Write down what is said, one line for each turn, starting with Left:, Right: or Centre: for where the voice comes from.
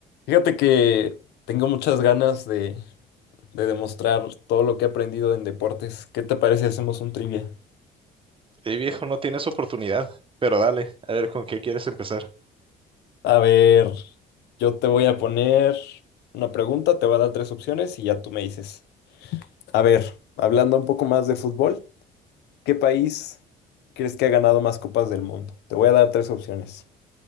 Left: Fíjate que tengo muchas ganas de, de demostrar todo lo que he aprendido en deportes. ¿Qué te parece si hacemos un trivia?
Right: Eh, viejo, no tienes oportunidad, pero dale, a ver con qué quieres empezar.
Left: A ver, yo te voy a poner una pregunta, te voy a dar tres opciones y ya tú me dices. A ver, hablando un poco más de fútbol, ¿qué país crees que ha ganado más copas del mundo? Te voy a dar tres opciones.